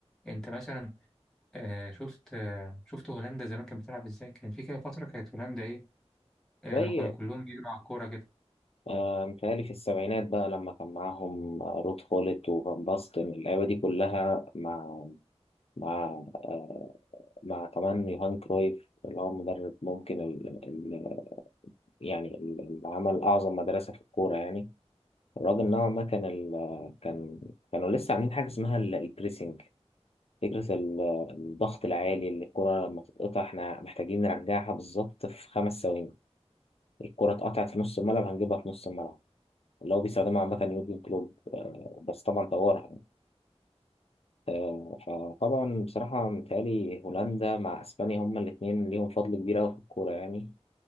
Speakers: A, in the centre; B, on the left (about 60°).
A: انت مثلا آه شفت آه شفت هولندا زمان كانت بتلعب ازاي كان في كده فترة كانت هولندا ايه آه،
B: زي
A: لما كانوا كلهم بيجروا على الكورة كده
B: آه، متهيألي في السبعينات بقى لما كان معاهم آه، رود خولت وفان باستن اللعيبة دي كلها مع مع آه، مع كمان يوهان كرويف اللي هو المدرب ممكن ال ال يعني ال- اللي عمل أعظم مدرسة في الكورة يعني الراجل نوعا ما كان ال آه، كان كانوا لسه عاملين حاجة اسمها ال- البريسنج فكرة ال- آه، الضغط العالي اللي الكرة لما تتقطع احنا محتاجين نرجعها بالظبط في خمس ثواني الكرة اتقطعت في نص الملعب هنجيبها في نص الملعب اللي هو بيستخدمها عامة يورجن كلوب آه، بس طبعا طورها آه، فطبعا بصراحة متهيألي هولندا مع أسبانيا هما الاتنين ليهم فضل كبير أوي في الكورة يعني